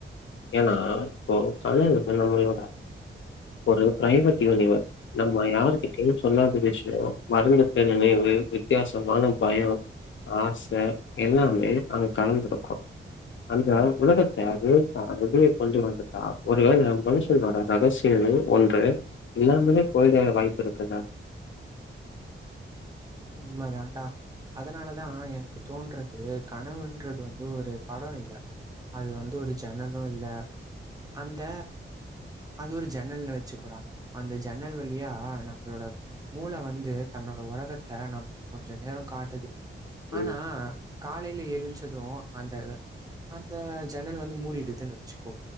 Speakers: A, on the left (about 65°); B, on the right (about 20°).
A: ஏன்னா இப்போ <unintelligible> நம்மளோட ஒரு ப்ரைவேட் யூனிவர்ஸ் நம்ம யாரு கிட்டயு சொல்லாத விஷ்யோ மறந்துட்ட நினைவு வித்தியாசமான பயோ ஆச எல்லாமே அங்க கலந்துருக்கு அந்த உலகத்த <unintelligible> வெளிய கொண்டு வந்துட்டா ஒருவேள மனுஷனோட ரகசியமு ஒன்று இல்லாமே போய்ட வாய்ப்பு இருக்குல்ல
B: உண்ம தான்டா அதனாலதா எனக்கு தோன்றது கனவுன்றது வந்து ஒரு படோ இல்ல அது வந்து ஒரு ஜன்னலு இல்ல அந்த அது ஒரு ஜன்னல்னு வச்சுக்கோடா அந்த ஜன்னல் வழியா நம்மளோட மூள வந்து தன்னோட ஓலகத் த்த நமக்கு கொஞ்ச நேரோ காட்டுது ஆனா
A: ம்,
B: காலைல எழுஞ்ச்சது அந்த அந்த ஜன்னல் வந்து மூடிடுதுன்னு வச்சுக்கோ